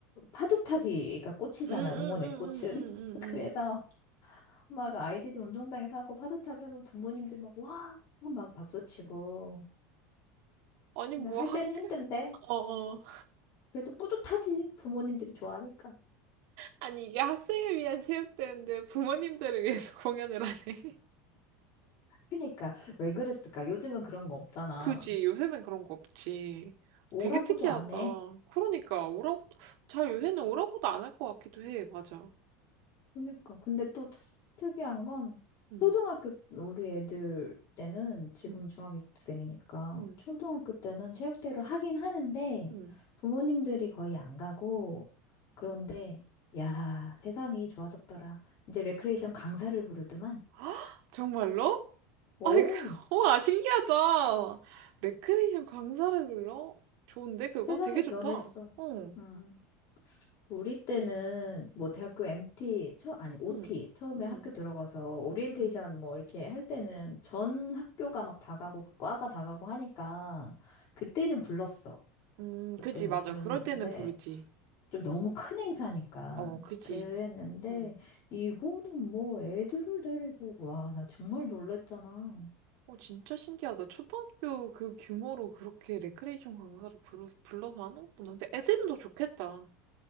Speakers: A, on the left; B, on the right.
A: 파도타기가 꽃이잖아,
B: 응, 응,
A: 응원의
B: 응,
A: 꽃은.
B: 응, 응.
A: <laughs> 그래서,
B: 응.
A: 막, 아이들이 운동장에서 하고 파도타기 하면 부모님들 막, 와! 막 박수치고.
B: 아니,
A: 근데
B: 뭐,
A: 할
B: 학,
A: 때는 힘든데,
B: 어, 어.
A: 그래도 뿌듯하지. 부모님들이 좋아하니까.
B: 아니, 이게 학생을 위한 체육대회인데 부모님들을 위해서 <laughs> 공연을 하네.
A: 그니까, 왜 그랬을까? 요즘은 그런 거 없잖아.
B: 그지, 요새는 그런 거 없지.
A: 오라고도
B: 되게 특이하다.
A: 안 해.
B: 그러니까, 오라고, 잘 요새는 오라고도 안 할 것 같기도 해. 맞아.
A: 그러니까. 근데 또 특이한 건
B: 응,
A: 초등학교 우리 애들 때는 지금
B: 응,
A: 중학생이니까
B: 응.
A: 초등학교 때는 체육대회를 하긴 하는데
B: 음.
A: 부모님들이 거의 안 가고 그런데 야, 세상이 좋아졌더라. 이제 레크레이션 강사를 부르더만.
B: <gasps> 정말로?
A: 오,
B: 아니, 그- <laughs> 와, 신기하다. 레크레이션 강사를 불러? 좋은데, 그거?
A: 세상이
B: 되게
A: 변했어.
B: 좋다. 어, 응,
A: 음. 우리 때는 뭐 대학교 MT 처 아니 OT
B: 응,
A: 처음에
B: 응,
A: 학교 들어가서 오리엔테이션
B: 응, 응,
A: 뭐 이렇게 할 때는
B: 응.
A: 전 학교가 막 다 가고 그 과가 다 가고 하니까 그때는 불렀어.
B: 음,
A: 그때는
B: 그지, 맞아.
A: 불렀는데
B: 그럴 때는 부르지.
A: 좀 너무 큰 행사니까
B: 어, 그지.
A: 그랬는데
B: 응.
A: 이거는 뭐 애들을 데리고 와, 나 정말 놀랬잖아.
B: 어, 진짜 신기하다. 초등학교 그 규모로 그렇게 레크레이션 강사를 불러, 불러서 하는구나. 근데 애들은 더 좋겠다.